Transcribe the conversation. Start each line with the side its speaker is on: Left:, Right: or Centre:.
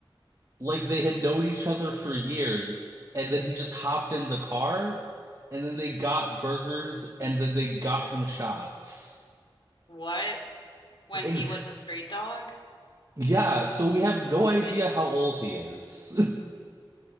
Right: like they had known each other for years, and then he just hopped in the car, and then they got burgers, and then they got him shots.
Left: What? When
Right: Ex
Left: he was a street dog?
Right: yeah, so we have no
Left: Oh my
Right: idea
Left: goodness.
Right: how old he is.